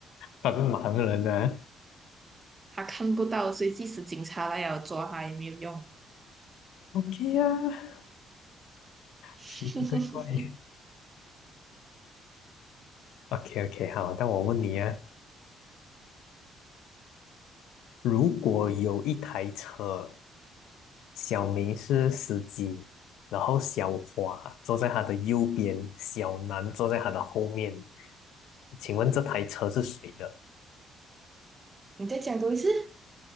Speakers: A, on the left; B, on the right.
A: 他是盲人啊。
B: 他看不到，所以即使警察来要抓他也没有用。
A: OK 呀啊，
B: <laughs>
A: 奇奇怪怪。OK OK，好，那我问你啊，如果有一台车，小明是司机，然后小华坐在他的右边，小南坐在他的后面，请问这台车是谁的？
B: 你再讲多一次。